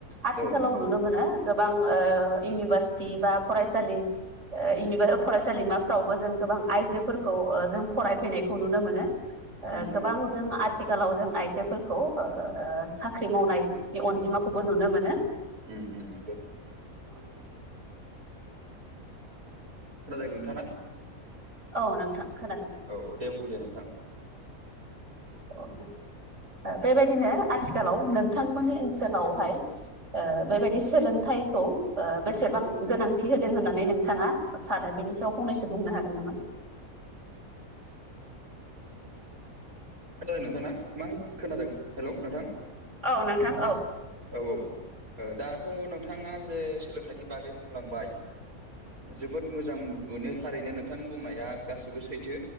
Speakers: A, on the right; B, on the right.
A: आथिखालाव
B: औ नंगौ
A: नुनो मोनो गोबां इउनिभारसिटि बा फरायसालि इउनिभार फरायसालिमाफ्रावबो जों गोबां आइजोफोरखौ जों फरायफैनायखौ नुनो मोनो।
B: नंगौ
A: गोबां
B: नोंथां
A: जों आथिखालाव जों आइजोफोरखौ साख्रि मावनायनि अनजिमाखौबो नुनो मोनो।
B: नंगौ।
A: औ
B: खोनादों नोंथाङा
A: औ नोंथां खोनादों
B: औ दे बुं दे नोंथां
A: ओ बेबायदिनो आथिखालाव नोंथांमोननि ओनसोलावहाय बेबायदि सोलों थाइखौ बेसेबां गोनांथि होदों होननानै नोंथाङा सानो बेनि सायाव फंनैसो बुंनो हागोन नामा?
B: खोनादों नोंथाङा मा खोनादों हेलौ नोंथां
A: औ नोंथां औ
B: औ औ दाथ' नोंथाङा जे सोलोंथाइनि बागै बुंलांबाय जोबोद मोजां मोनो थारैनो नोंथांनि बुंनाया गासैबो सैथो